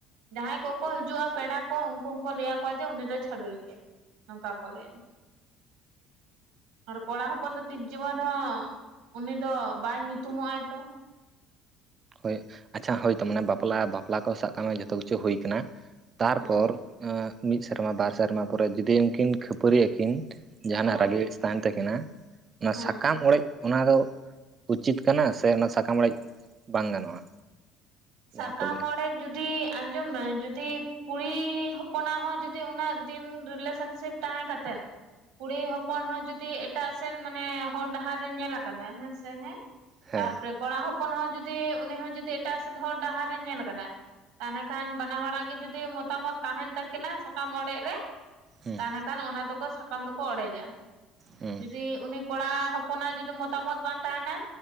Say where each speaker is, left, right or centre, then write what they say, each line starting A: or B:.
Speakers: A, on the right; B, on the right.
A: ᱡᱟᱦᱟᱸᱭ ᱠᱚᱠᱚ ᱦᱤᱡᱩᱜᱼᱟ ᱯᱮᱲᱟ ᱠᱚ ᱩᱝᱠᱩ ᱦᱚᱸᱠᱚ ᱞᱮᱭᱟ ᱠᱚᱣᱟ ᱡᱮ ᱩᱱᱤ ᱫᱚᱭ ᱪᱷᱟᱰᱩᱭᱤ ᱜᱮᱭᱟ ᱱᱚᱝᱠᱟ ᱠᱚ ᱞᱮᱭᱟ ᱟᱨ ᱠᱚᱲᱟ ᱦᱚᱯᱚᱱ ᱫᱚ ᱛᱤᱥ ᱡᱤᱵᱚᱱ ᱨᱮ ᱦᱚᱸ ᱩᱱᱤ ᱫᱚ ᱵᱟᱭ ᱧᱩᱛᱩᱢᱚᱜ ᱟᱭ ᱛᱚ
B: ᱦᱳᱭ ᱟᱪᱪᱷᱟ ᱦᱳᱭᱛᱚ ᱢᱟᱱᱮ ᱵᱟᱯᱞᱟ ᱵᱟᱯᱞᱟ ᱠᱚ ᱥᱟᱵ ᱠᱟᱜ ᱢᱮ ᱡᱚ ᱛᱚ ᱠᱤᱪᱷᱩ ᱦᱩᱭ ᱠᱟᱱᱟ ᱛᱟᱨᱯᱚᱨ
A: ᱦᱮᱸ
B: ᱢᱤᱜ ᱴᱤ ᱥᱮᱨᱢᱟ ᱵᱟᱨ ᱥᱮᱨᱢᱟ ᱯᱚᱨᱮ ᱡᱩᱫᱤ ᱩᱱᱠᱤᱱ ᱠᱷᱟᱹᱯᱟᱹᱨᱤ ᱟᱹᱠᱤᱱ ᱡᱟᱦᱟᱱᱟᱜ
A: ᱦᱮᱸ
B: ᱨᱟᱜᱤ ᱟᱹᱲᱤᱥ ᱛᱟᱦᱮᱱ ᱛᱟᱹᱠᱤ ᱠᱤᱱᱟ ᱚᱱᱟ
A: ᱦᱮᱸ
B: ᱥᱟᱠᱟᱢ ᱚᱲᱮᱡ ᱚᱱᱟ ᱫᱚ ᱩᱪᱤᱛ ᱠᱟᱱᱟ ᱥᱮ ᱚᱱᱟ ᱥᱟᱠᱟᱢ ᱚᱲᱮᱡ ᱵᱟᱝ ᱜᱟᱱᱚᱜᱼᱟ
A: ᱥᱟᱠᱟᱢ
B: ᱡᱟᱦᱟᱸ ᱠᱚ ᱞᱟᱹᱭᱟ
A: ᱚᱲᱮᱡ ᱡᱩᱫᱤ ᱟᱸᱡᱚᱢ ᱢᱮ ᱡᱩᱫᱤ ᱠᱩᱲᱤ ᱦᱚᱯᱚᱱᱟᱜ ᱦᱚᱸ ᱡᱩᱫᱤ ᱩᱱᱟᱹᱜ ᱫᱤᱱ ᱨᱤᱞᱮᱥᱮᱱᱥᱤᱯ ᱛᱟᱦᱮᱸ ᱠᱟᱛᱮᱫ ᱠᱩᱲᱤ ᱦᱚᱯᱚᱱ ᱦᱚᱸ ᱡᱩᱫᱤ ᱮᱴᱟᱜ ᱥᱮᱱ ᱢᱟᱱᱮ ᱦᱚᱨ ᱰᱟᱦᱟᱨ ᱨᱮ ᱧᱮᱞ ᱟᱠᱟᱫᱟᱭ ᱦᱮᱸ ᱥᱮ ᱦᱮᱸ
B: ᱦᱮᱸ
A: ᱛᱟᱨᱯᱚᱨᱮ ᱠᱚᱲᱟ ᱦᱚᱯᱚᱱ ᱦᱚᱸ ᱡᱩᱫᱤ ᱩᱱᱤ ᱦᱚᱸ ᱡᱩᱫᱤ ᱮᱴᱟᱜ ᱥᱮᱫ ᱦᱚᱨ ᱰᱟᱦᱟᱨᱮ ᱧᱮᱞ ᱠᱟᱫᱟ ᱛᱟᱦᱚᱞᱮ ᱠᱷᱟᱱ ᱵᱟᱱᱟ ᱦᱚᱲᱟᱜ ᱜᱮ ᱡᱩᱫᱤ ᱢᱚᱛᱟᱢᱚᱛ ᱛᱟᱦᱮᱱ ᱛᱟᱹᱠᱤᱱᱟ ᱥᱟᱠᱟᱢ ᱚᱲᱮᱜ ᱨᱮ
B: ᱦᱩᱸ
A: ᱛᱟᱦᱚᱞᱮ ᱠᱷᱟᱱ ᱚᱱᱟ ᱫᱚ ᱠᱚ ᱥᱟᱠᱟᱢ ᱫᱚ ᱠᱚ ᱚᱲᱮᱡᱟ
B: ᱦᱩᱸ
A: ᱡᱩᱫᱤ ᱩᱱᱤ ᱠᱚᱲᱟ ᱦᱚᱯᱚᱱᱟᱜ ᱡᱩᱫᱤ ᱢᱚᱛᱟᱢᱚᱛ ᱵᱟᱝ ᱛᱟᱦᱮᱱᱟ